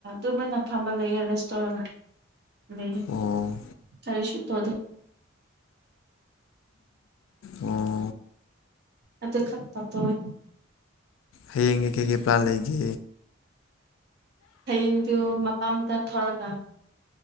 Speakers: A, on the right; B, on the left.
A: ꯇꯨꯃꯤꯟꯅ ꯐꯝꯃꯥ ꯂꯩꯌꯦ ꯔꯦꯁ ꯇꯣꯔ ꯂꯩ
B: ꯑꯣ
A: ꯀꯔꯤꯁꯨ ꯇꯧꯗꯦ꯫
B: ꯑꯣ꯫
A: ꯑꯗꯨꯗꯈꯠꯇ ꯇꯋꯦ꯫
B: ꯍꯌꯦꯡꯒꯤ ꯀꯩꯀꯩ ꯄ꯭ꯂꯥꯟ ꯂꯩꯒꯦ꯫
A: ꯍꯌꯦꯡꯗꯨ ꯃꯄꯥꯝꯇ ꯊꯧꯔꯒ